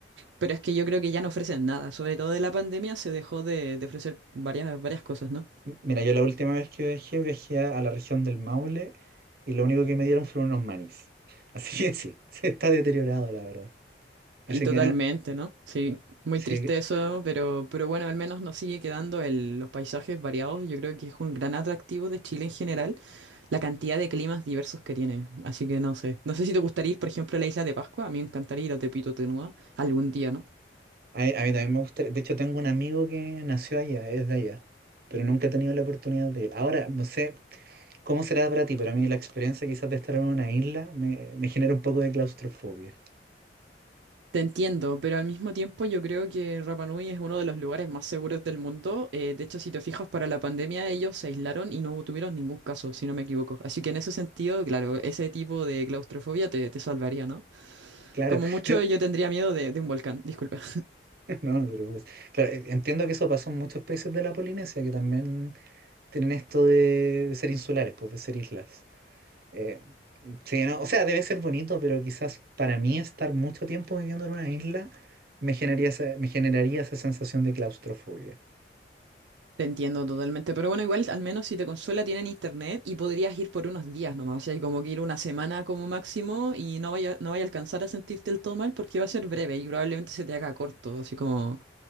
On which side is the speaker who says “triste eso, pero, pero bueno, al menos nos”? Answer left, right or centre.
Right